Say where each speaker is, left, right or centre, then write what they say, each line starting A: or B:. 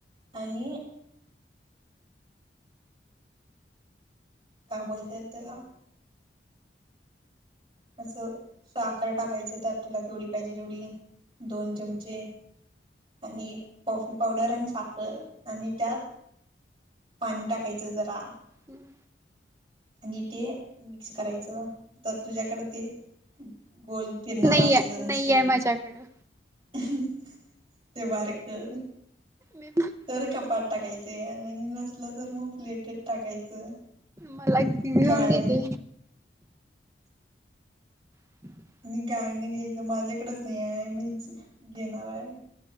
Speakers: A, on the right (about 30°); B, on the right (about 15°).
A: आणि. कामवाली द्या त्याला. असं साखर टाकायचं त्यात तुला केवढी पाहिजे तेवढी. दोन चमचे आणि. कॉफी पावडर आणि साखर पाणी टाक पाणी टाकायचं जरा.
B: हुम.
A: आणि ते मिक्स करायचं. तुझ्याकडं ते, गोल फिरणार
B: नाही
A: असलं
B: आहे
A: मशीन
B: नाही आहे माझ्याकडं
A: उहु ते बारीक कर.
B: मी भ.
A: तर कपात टाकायचं, आणि नसलं तर मग प्लेटीत टाकायचं.
B: मला एक टीव्ही
A: गायन
B: घेऊन दि की. <inaudible>
A: मी गाळणी घ्यायचं, माझ्याकडच नाहीये, मीच घेणाराय.